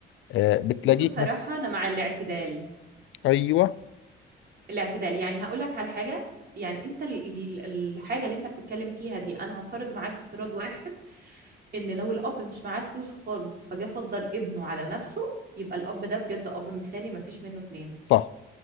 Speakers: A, on the left (about 75°); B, on the right (about 55°).
A: آه بتلاقيك
B: بص الصراحه
A: مث-
B: انا مع الاعتدال
A: ايوه
B: الاعتدال يعني هقول لك على حاجة يعني انت ال- ال- الحاجة اللي انت بتتكلم فيها دي انا هفترض معاك افتراض واحد ان لو الاب مش معاه فلوس خالص فجاه فضل ابنه على نفسه يبقى الاب ده بجد اب مثالي مفيش منه اتنين
A: صح